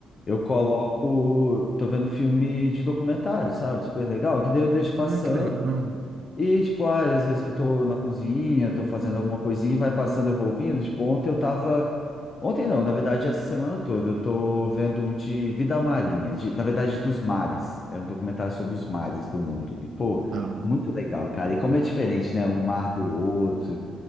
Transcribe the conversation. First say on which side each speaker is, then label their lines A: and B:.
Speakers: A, on the left; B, on the right.
A: eu coloco. Tô vendo filme de documentário, sabe? Super legal, que daí eu deixo passando.
B: Ah, que legal.
A: E, tipo, ah, às vezes eu tô na cozinha, tô fazendo alguma coisinha e vai passando, eu vou ouvindo. Tipo, ontem eu tava. Ontem não, na verdade, essa semana toda, eu tô vendo um de vida marinha, de- na verdade, dos mares. É um documentário sobre os mares do mundo. E, pô,
B: Da hora.
A: muito legal, cara. E como é diferente, né? Um mar do outro